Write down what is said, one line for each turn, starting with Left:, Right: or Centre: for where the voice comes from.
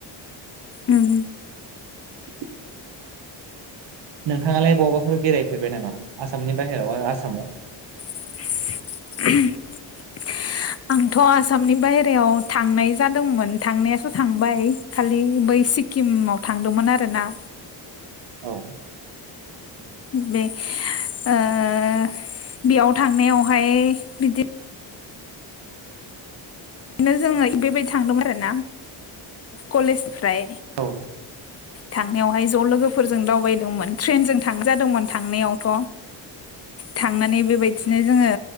Left: उम
Right: <inaudible> नोंथाङालाय बहावबाफोर बेरायफेरबाय नामा आसामनि बाहेरायाव आसामाव?
Left: <unintelligible> आंथ' आसामनि बायेरायाव थांनाय जादोंमोन थांनायासो थांबाय खालि बै सिक्किमाव थांदोंमोन आरोना।
Right: औ
Left: बे ओ बेयाव थांनायावहाय बिदि बिदिनो जोङो बेबायदि थांदों आरो ना कलेज फ्राय
Right: औ
Left: थांनायावहाय ज' लोगोफोरजों दावबायदोंमोन ट्रेनजों थांजादोंमोन थांनायावथ' थांनानै बेबायदिनो जोङो